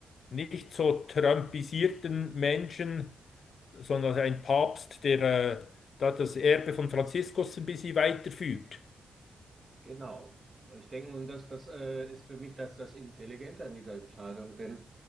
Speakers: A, on the left (about 65°); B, on the right (about 30°).
A: nicht so trumpisierten Menschen, sondern ein Papst, der äh, da das Erbe von Franziskus ein bisschen weiterführt.
B: Genau. Ich denke, und das, das äh, ist für mich das, das Intelligente an dieser Entscheidung, denn